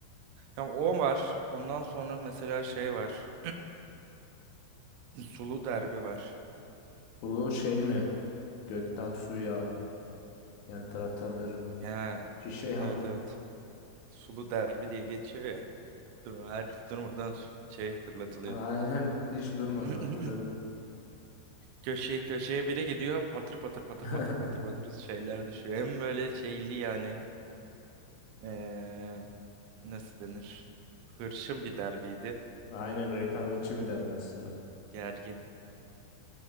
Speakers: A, on the right (about 85°); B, on the left (about 80°).
A: Ya o var. Ondan sonra mesela şey var. <clears throat> Sulu derbi var.
B: Bu şey mi? Gökten su yağan. Yani taraftarların.
A: Ya
B: Şişe yağmur.
A: evet evet. Sulu derbi diye geçiyor ya. Dur, her durmadan su- şey fırlatılıyordu.
B: <laughs> Aynen hiç durmadan
A: <laughs>
B: hatırladım.
A: Köşeye köşeye biri gidiyor patır patır patır
B: <laughs>
A: patır patır patır şeyler düşüyor. Hem böyle şeyli yani ee, nasıl denir? Hırçın bir derbiydi.
B: Aynen rekabetçi bir derbi aslında.
A: Gergin.